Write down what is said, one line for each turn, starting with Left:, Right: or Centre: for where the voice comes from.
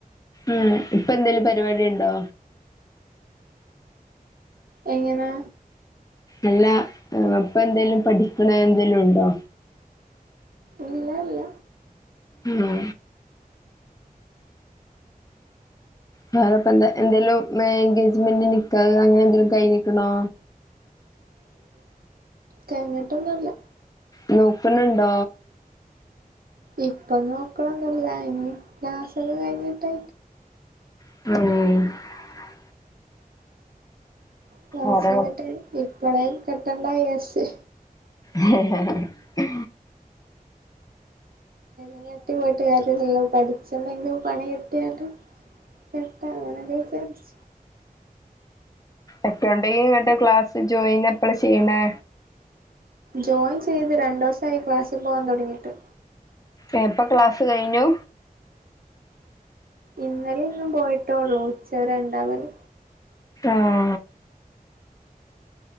Left: ഉം ഇപ്പ എന്തേലും പരിവാടിണ്ടോ?
Right: എങ്ങനെ?
Left: അല്ല ഏഹ് ഇപ്പ എന്തേലും പഠിക്ക്ണെ എന്തേലുണ്ടോ?
Right: ഇല്ല ഇല്ല
Left: ഉം വേറെപ്പ എന്താ എന്തേലും മെ എൻഗേജ്മെന്റ് നിക്കാഹ് അങ്ങനെ എന്തെങ്ക്‌ലും കൈഞ്ക്ക്ണോ?
Right: കയ്ഞ്ട്ടൊന്നുല്ല.
Left: ന്നോക്ക്ണ് ണ്ടോ?
Right: ഇപ്പം ന്നോക്കണന്നുല്ല ഇഞ്ഞി ക്ലസൊക്കെ കഴിഞ്ഞിട്ട്.
Left: ആഹ്
Right: കൊറച്ചയ്ഞ്ട്ട്
Left: ഓരോ
Right: ഇപ്പളേ കെട്ടണ്ട വിജാര്ച്ച്.
Left: ഹ് ഹ് ഹ്
Right: ങ്ങനെ ഇട്ട് പോയ്ട്ട് കാര്യന്നുല്ല പഠിചെന്തെങ്കിലും പണി കിട്ടിയാല്. കെട്ടാ അങ്ങനൊക്കെ വിജാര്ച്ച്.
Left: എക്കൗണ്ടെ <unintelligible> ഇങ്ങട്ട് ക്ലാസ്സ് ജോയിന് എപ്പള ചെയ്യ്ണേ?
Right: ജോയിൻ ചെയ്ത് രണ്ടോസായി ക്ലാസ്സിൽ പോവാൻ തൊടങ്ങിട്ട്.
Left: എഹ് ഇപ്പൊ ക്ലാസ് കഴിഞ്ഞു?
Right: ഇന്നലിം ഇന്നും പോയ്ട്ടോള്ളൂ ഉച്ചവരെണ്ടാവല്.
Left: ആഹ്.